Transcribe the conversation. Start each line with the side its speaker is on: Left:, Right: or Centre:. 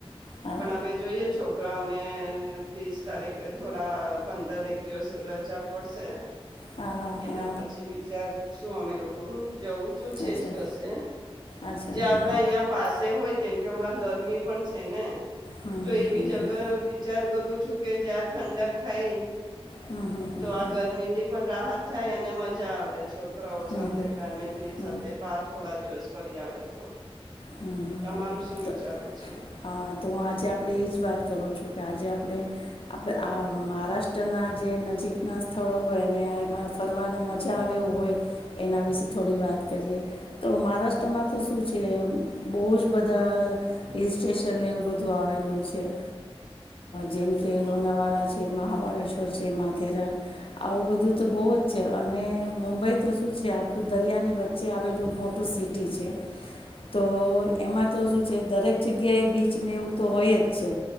Left: હા
Right: પણ હવે જોઈએ છોકરાઓને ત્રીસ તારીખે થોડા પંદર એક દિવસ રજા પડશે
Left: હા હા
Right: એના
Left: હા
Right: પછી વિચાર શું અમે લોકો જવું. તો છેજ
Left: હા અચ્છા
Right: કરશે.
Left: અચ્છા
Right: જે
Left: હમ
Right: આપડા અહીયા પાસે હોય કેમ કે. થોડા ગરમી પણ છે ને.
Left: હમ
Right: તો
Left: હમ
Right: એવી
Left: હમ
Right: જગ વિચાર કરું છું. કે જ્યાં ઠંડક થાય.
Left: હમ હમ હમ હમ
Right: તો આ
Left: હમ
Right: ગરમીથી પણ રાહત થાય અને મજા આવે છોકરાઓ
Left: હમ
Right: સાથે
Left: હમ હમ હમ
Right: ફેમિલી
Left: હમ
Right: સાથે બાર થોડા દિવસ. ફરી આવે તો.
Left: હમ હમ
Right: તમારું શું વિચારવું છે?
Left: હા તો હું આજે આપડે એજ વાત કરું છું. કે આજે આપણે આ મહારાષ્ટ્રના જે નજીકનાં સ્થળો હોય અને એમાં ફરવાનો મજા આવે હોય. એના વિશેે થોડી વાત કરીએ. તો મહારાષ્ટ્રમાં તો શું છે. બહ જ બધા હિલ સેશ. ચેન્નઈવું બધું આવેલું છે. કે. જેમ કે લોણાવાલા છે મહાબાળેશ્વર છે માથેરાન આવું બધું તો બહુ જ છે અને મુંબઈ તો શું છે આખું દરિયાની વચ્ચે આવેલું મોટું સિટી છે. તો એમાં તો શું છે દરેક જગ્યાએ બીચને એવું તો હોય જ છે